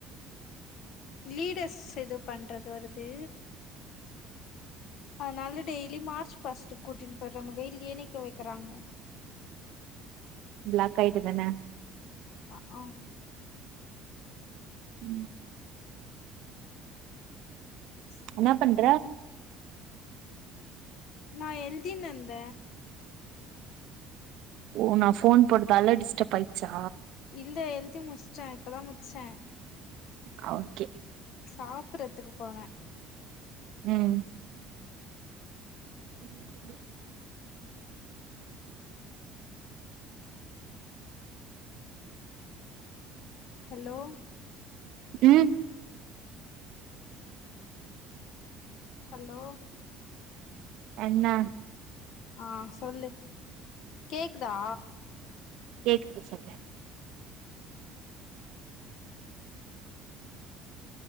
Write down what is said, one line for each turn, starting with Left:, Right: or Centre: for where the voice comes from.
Left: லீடர்ஸ் இது பண்றது வருது அதனால டெய்லி மார்ச் ஃபஸ்ட்டு கூட்டின் போயறங்க வெயில்ல நிக்க வக்கிறாங்க
Right: பிளாக் ஆயிட்ட தன
Left: அ ஆ
Right: ம்
Left: ம் சு
Right: என்ன பண்ற
Left: நா எல்தி னந்த
Right: ஓ நா போன் போட்டதால்லா டிஸ்டர்ப் ஆயிச்சா
Left: இல்ல எழுதி முச்ட்டே இப்பதா முச்சே
Right: அ ஓகே
Left: சாப்பறதுக்கு போனே
Right: ம் <inaudible>
Left: ஹலோ
Right: ம்
Left: ஹலோ
Right: என்ன
Left: ஆ சொல்லு கேக்குதா
Right: கேக்குது சொல்லு